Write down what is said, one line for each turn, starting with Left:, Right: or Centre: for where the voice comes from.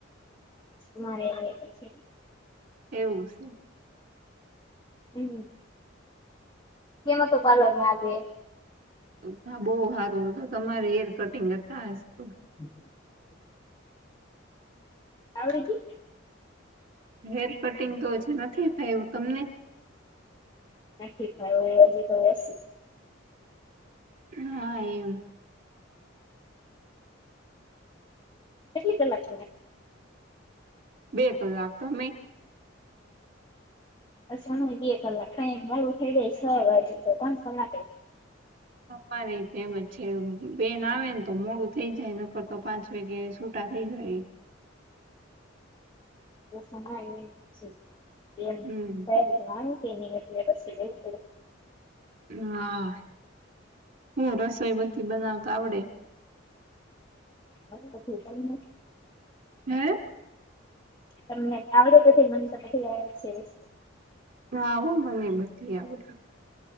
Left: મારે હોય પણ છે.
Right: એવું છે.
Left: હમ, કેમ હતું પાર્લર માં આજે?
Right: તા બહુ હારું હતું. તમારે હેર કટિંગ હતા આજ તો.
Left: <inaudible> આવડી ગી.
Right: હેર કટિંગ તો હજી નથી ફાવ્યું તમને.
Left: નથી ફાવ્યું, હજી તો વર્ષો
Right: હા એમ.
Left: કેટલી કલાક નું હોય?
Right: બે કલાક. તમે?
Left: પછી અમેય બે કલાક ક્યાંક મોડું થઈ જાય છ વાગે તો પાંચ કલાકેય.
Right: અમારેય તે એમજ છે બેન આવે ને તો મોડું થઈ જાય નકરતો પાંછુ વાગે સૂટા થઇ જાયયે.
Left: <unintelligible> સાહેબ જણાવ્યું
Right: હમ
Left: કે એટલે પછી લેવું પડે.
Right: હા હું રસોઈ બધી બનાવતા આવડે?
Left: <unintelligible>
Right: હે
Left: તમને આવડે બધું મને તો બધું આવડે છે.
Right: હા હો મને બધી આવડે.